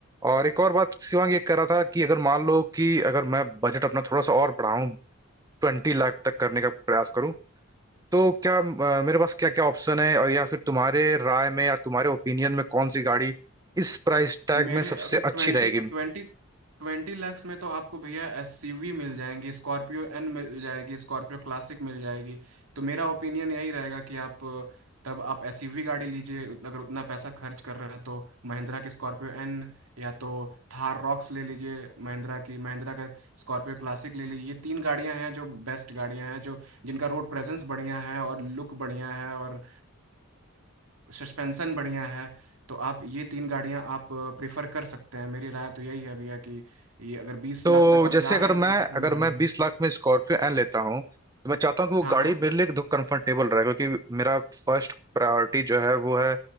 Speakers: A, on the right; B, on the right.
A: और एक और बात शिवांग ये कह रहा था कि अगर मान लो कि अगर मैं बजट अपना थोड़ा सा और बढ़ाऊं ट्वेंटी लाख तक करने का प्रयास करूं तो क्या अ, मेरे पास क्या क्या ऑप्शन है और या फिर तुम्हारे राय में या तुम्हारे ओपिनियन में कौन सी गाड़ी इस प्राइस टैग
B: मेरे
A: में सबसे
B: अगर
A: अच्छी
B: ट्वेंटी
A: रहेगी
B: ट्वेंटी ट्वेंटी लैक्स में तो आपको भैया एसयूवी मिल जाएंगी स्कॉर्पियो एन मिल जाएगी स्कॉर्पियो क्लासिक मिल जाएगी तो मेरा ओपिनियन यही रहेगा कि आप अ, तब आप एसयूवी गाड़ी लीजिए उत- अगर उतना पैसा खर्च कर रहे हैं तो महिंद्रा की स्कॉर्पियो एन या तो थार रॉक्स ले लीजिए महिंद्रा की महिंद्रा का स्कॉर्पियो क्लासिक ले लीजिए ये तीन गाड़ियां हैं जो बेस्ट गाड़ियां हैं जो जिनका रोड प्रेजेंस बढ़िया है और लुक बढ़िया है और सस्पेंशन बढ़िया है तो आप ये तीन गाड़ियां आप प्रेफर कर सकते हैं मेरी राय तो यही है भैया कि ये अगर बीस
A: तो
B: लाख तक आप
A: जैसे
B: जा
A: अगर
B: रहे हैं
A: मैं
B: तो ये तीन
A: अगर
B: गाड़ियां
A: मैं बीस
B: हैं
A: लाख में स्कॉर्पियो एन लेता हूँ तो मैं चाहता हूँ कि वो
B: हाँ
A: गाड़ी
B: हाँ
A: मेरे लिए एकदम कंफर्टेबल रहे क्योंकि मेरा फर्स्ट प्रायोरिटी जो है वो है